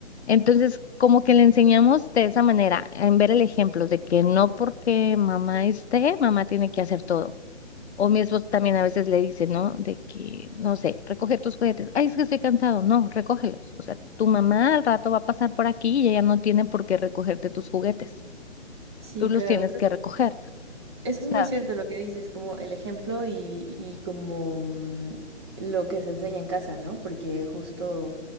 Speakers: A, on the left; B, on the right.
A: Entonces, como que le enseñamos de esa manera, en ver el ejemplo de que no porque mamá esté, mamá tiene que hacer todo. O mi esposo también a veces le dice, ¿no? De que, no sé, recoge tus juguetes. Ay, es que estoy cansado. No, recógelos. O sea, tu mamá al rato va a pasar por aquí y ella no tiene por qué recogerte tus juguetes.
B: Sí,
A: Tú los
B: claro,
A: tienes
B: creo
A: que recoger.
B: eso es muy
A: O sea,
B: cierto lo que dices, como el ejemplo y, y como mm, lo que se enseña en casa, ¿no? Porque justo